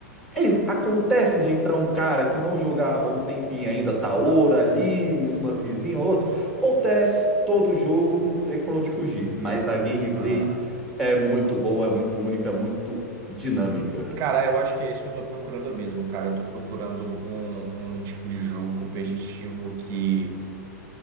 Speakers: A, in the centre; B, on the right.
A: É, acontece de entrar um cara que não jogava há um tempinho ainda, Taora ali, um Smurfzinho, outro. Acontece, todo jogo, não tem como onde fugir. Mas a gameplay
B: Ah,
A: é muito boa, é muito única, é muito dinâmica.
B: cara, eu acho que é isso que eu tô procurando mesmo, cara. Eu tô procurando um, um tipo de jogo competitivo que,